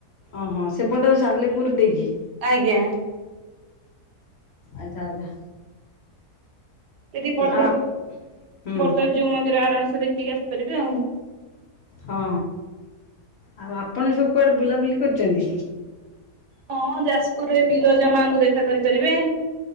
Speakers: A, on the left; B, on the right.
A: ଅ ହଁ, ସେପଟ ସାଲେପୁର ଦେଇକି।
B: ଆଜ୍ଞା।
A: ଆଚ୍ଛା ଆଚ୍ଛା।
B: ସେଠି ବଲଦେବ,
A: ଆଉ ହୁଁ
B: ବଲଦେବ ଜୀଉ ମନ୍ଦିର ଆରାମ ସେ ଦେଖିକି ଆସିପାରିବେ ଆଉ।
A: ହଁ। ଆଉ ଆପଣ ସବୁ କୁଆଡ଼େ ବୁଲାବୁଲି କରିଚନ୍ତି?
B: ହଁ ଯାଜପୁରରେ ବିରଜା ମାଙ୍କୁ ଦେଖା କରିପାରିବେ।